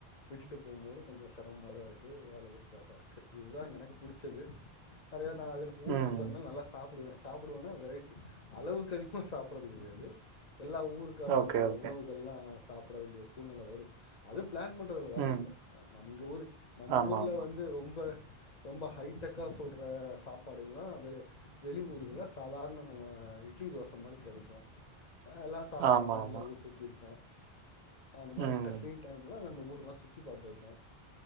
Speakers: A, on the left; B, on the right.
A: விட்டுட்டு போம்மோது கொஞ்சோ செரம்மாதா இருக்கு வேலைகள் இதாதா இருக்கு இதா எனக்கு புடிச்சது அறையா நா அதுன
B: ம்.
A: ஊர் சுத்தர்னா நல்லா சாப்புடுவே சாப்புடுவன்னா வெரை அளவுக்கு அதிகமா சாப்பறது கெடையாது எல்லா ஊருக்கான
B: ஓகே,
A: உ
B: ஓகே.
A: உணவுகள்லா சாப் ப்ட வேண்டிய சூழ்நெல வரு அதும் பிளான் பண் ட்டதல வழியில்ல
B: ம்.
A: அ நம்ங்க ஊரு நம்ம
B: ஆமாமா.
A: ஊர்ல வந்து ரொம்ப ரொம்ப ஹைட்டெக்கா சொல்ற சாப்பாடுகலா வெளே வெளிவூர்கள சாதார்ண நம்ம அது இட்லி தோச மாரி கெடைக்கு அ எல்லா சாப்ட்ருப்பே
B: ஆமாமா.
A: நல்லா ஊர் சுத்திருப்பே அ அந்த
B: ம்.
A: மாரி இட்ட ஃப்ரீ டைம்ல அந்த ஊர்லா சுத்தி பாத்துருப்பே